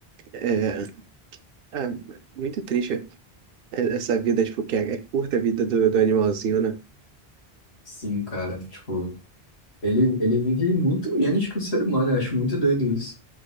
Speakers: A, on the right; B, on the left.
A: É, é muito triste é, essa vida, tipo, que é, é curta a vida do, do animalzinho, né?
B: Sim, cara, tipo, ele, ele vive muito menos que o ser humano, eu acho muito doido isso.